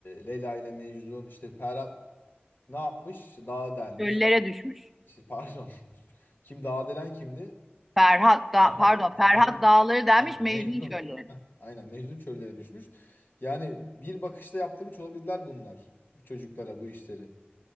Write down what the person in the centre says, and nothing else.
Çöllere düşmüş.
Ferhat da
pardon
Ferhat
Dağları demiş
Mecnun
çölleri.